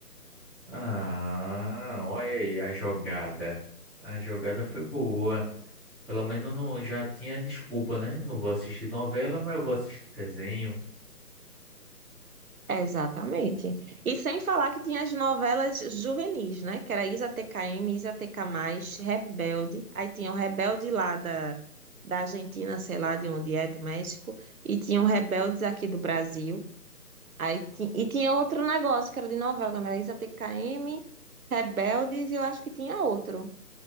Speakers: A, in the centre; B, on the right.
A: ah, olha aí a jogada. A jogada foi boa. Pelo menos não, já tinha desculpa, né? Não vou assistir novela, mas eu vou assistir desenho.
B: Exatamente. E sem falar que tinha as novelas juvenis, né? Que era Isa TKM, Isa TK+, Rebelde. Aí tinha o Rebelde lá da, da Argentina, sei lá de onde é, do México. E tinha o Rebeldes aqui do Brasil. Aí ti- e tinha outro negócio que era de novela também, era Isa TKM, Rebeldes e eu acho que tinha outro.